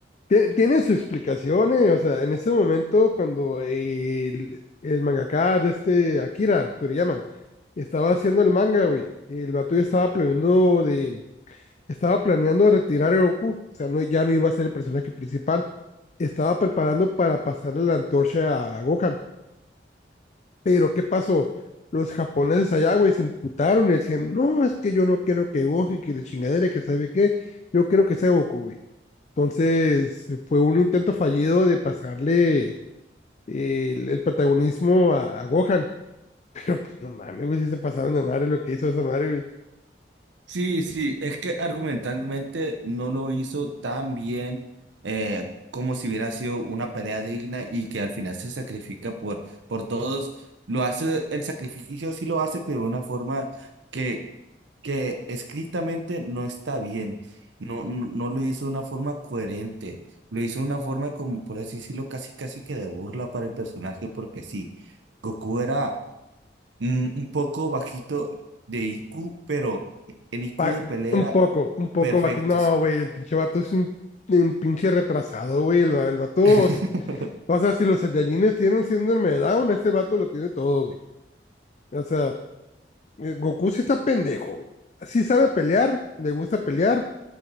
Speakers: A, on the left (about 40°); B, on the right (about 80°).
A: te- tiene su explicación, eh, O sea, en ese momento, cuando el, el mangaka de este Akira Toriyama estaba haciendo el manga, güey, el vato ya estaba planeando de. Estaba planeando retirar a Goku. O sea, no, ya no iba a ser el personaje principal. Estaba preparando para pasarle la antorcha a Gohan Pero ¿qué pasó? Los japoneses allá, güey, se emputaron y decían, no, es que yo no quiero que Gohan, que la chingadera, que sabe qué, yo quiero que sea Goku, güey. Entonces fue un intento fallido de pasarle eh, el, el protagonismo a, a Gohan, <laughs> pero pues no mames, güey, si se pasaron de madre lo que hizo esa madre, güey.
B: Sí, sí, es que argumentalmente no lo hizo tan bien eh, como si hubiera sido una pelea digna y que al final se sacrifica por, por todos. Lo hace, el sacrificio sí lo hace, pero de una forma que, que escritamente no está bien. No, no, no lo hizo de una forma coherente. Lo hizo de una forma como, por así decirlo, casi casi que de burla para el personaje, porque sí, Goku era mm, un poco bajito de IQ, pero en IQ
A: Pa-
B: de pelera,
A: un poco, un poco,
B: perfectis.
A: bajé, no, güey, el pinche vato es un, un pinche retrasado, güey, el, va- el vato,
B: <laughs>
A: si- o sea, si los Saiyajines tienen síndrome de Down, ese vato lo tiene todo, güey. O sea, Eh, Goku sí está pendejo, güey. Sí sabe pelear, le gusta pelear,